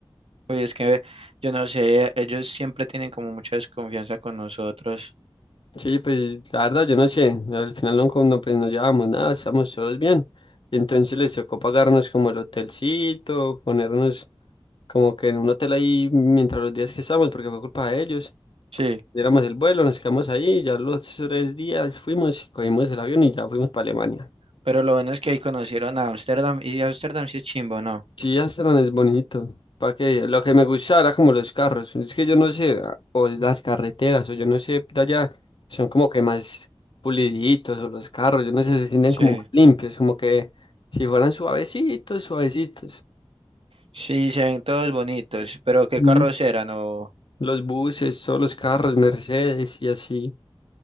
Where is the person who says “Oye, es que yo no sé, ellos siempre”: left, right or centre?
Right